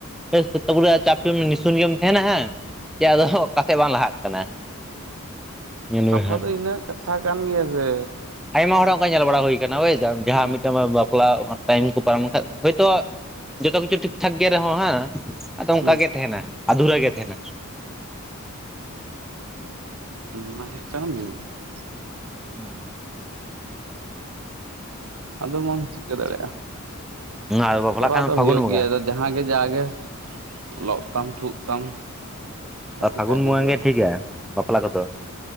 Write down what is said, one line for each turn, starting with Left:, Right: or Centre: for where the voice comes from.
Centre: <unintelligible> ᱪᱟᱯᱮ ᱢᱟ ᱱᱤᱥᱩᱱ ᱜᱮᱢ ᱛᱟᱦᱮᱱᱟ ᱦᱮᱸ ᱪᱮ ᱟᱫᱚ ᱚᱠᱟ ᱥᱮᱫ ᱵᱟᱝ ᱞᱟᱦᱟᱜ ᱠᱟᱱᱟ᱾ ᱧᱮᱞ ᱢᱮ
Right: ᱠᱟᱛᱷᱟ
Centre: ᱦᱟᱸᱜ
Right: ᱫᱚ ᱤᱱᱟᱹ ᱠᱟᱛᱷᱟ ᱠᱟᱱ ᱜᱮᱭᱟ ᱡᱮ
Centre: ᱟᱭᱢᱟ ᱦᱚᱲᱟᱜ ᱚᱱᱠᱟ ᱧᱮᱞ ᱵᱟᱲᱟ ᱦᱩᱭ ᱟᱠᱟᱱᱟ ᱵᱩᱡᱽ ᱫᱟᱢ ᱡᱟᱦᱟᱸ
Right: ᱦᱩᱸ
Centre: ᱢᱤᱫᱴᱟᱝ ᱢᱟ ᱵᱟᱯᱞᱟ ᱴᱟᱭᱤᱢ ᱠᱚ ᱯᱟᱨᱚᱢ ᱞᱮᱠᱷᱟᱡ ᱦᱳᱭᱛᱚ ᱡᱚᱛᱚ ᱠᱤᱪᱷᱩ ᱴᱷᱤᱠ ᱴᱷᱟᱠ ᱜᱮ ᱨᱮᱦᱚᱸ ᱦᱮᱸ ᱟᱫᱚ ᱚᱱᱠᱟ
Right: ᱦᱩᱸ
Centre: ᱜᱮ ᱛᱟᱦᱮᱱᱟᱭ ᱟᱫᱷᱩᱨᱟ ᱜᱮ ᱛᱟᱦᱮᱱᱟ᱾
Right: ᱚᱱᱟ ᱦᱩᱭᱩᱜ ᱠᱟᱱᱟ ᱢᱮᱱ ᱠᱟᱛᱷᱟ
Centre: ᱦᱩᱸᱦᱩᱸ
Right: ᱟᱫᱚ ᱵᱟᱢ ᱪᱤᱠᱟᱹ ᱫᱟᱲᱮᱭᱟᱜᱼᱟ᱾
Centre: ᱟᱨ ᱵᱟᱯᱞᱟᱜ
Right: ᱠᱚᱨᱟᱣ
Centre: ᱠᱷᱟᱱ
Right: ᱫᱚ
Centre: ᱯᱷᱟᱹᱜᱩᱱ
Right: ᱦᱩᱭᱩᱜ
Centre: ᱵᱚᱸᱜᱟ
Right: ᱜᱮᱭᱟ ᱟᱫᱚ ᱡᱟᱦᱟᱸ ᱜᱮ ᱡᱟᱜᱮ ᱞᱚᱜ ᱛᱟᱢ ᱴᱷᱩᱜ ᱛᱟᱢ ᱠᱟᱹᱯᱤ
Centre: ᱟᱨ ᱯᱷᱟᱹᱜᱩᱱ
Right: ᱠᱟᱜ
Centre: ᱵᱚᱸᱜᱟ
Right: ᱦᱩᱭᱩᱜᱼᱟ
Centre: ᱜᱮ ᱴᱷᱤᱠᱟᱭ ᱵᱟᱯᱞᱟ ᱠᱚᱫᱚ